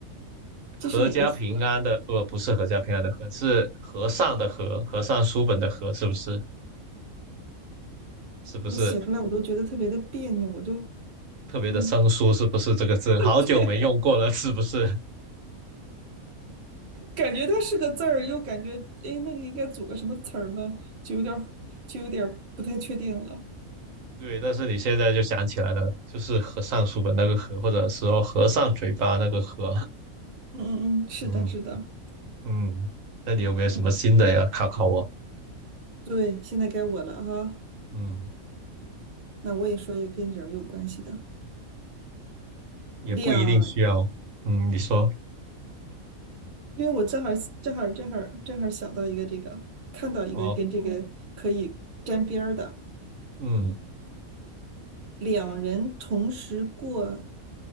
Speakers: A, on the right; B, on the right.
A: 这是哪个和？
B: 阖家平安的？呃，不是阖家平安的阖，是和尚的和，和尚书本的和，是不是？是不是
A: 我写出来我都觉得特别的别扭，我都
B: 特别的生疏？
A: 嗯。<laughs>
B: 是不是这个字？好久没用过了，
A: 对。
B: 是不是？
A: 感觉它是个字儿，又感觉哎，那个应该组个什么词儿呢？就有点儿就有点儿不太确定了。
B: 对，但是你现在就想起来了，就是和尚书本那个和，或者说和尚嘴巴那个和。
A: 嗯嗯嗯，是的，
B: 嗯
A: 是的，
B: 嗯，那你有没有什么新的呀？
A: 嗯，
B: 考考我。
A: 对，现在该我了哈。
B: 嗯，
A: 那我也说一个跟人儿有关系的
B: 也不一定需要。
A: 两，
B: 嗯，你说。
A: 因为我正好正好正好正好想到一个这个，看到一个跟这个可以沾边儿的，
B: 哦，嗯。
A: 两人同时过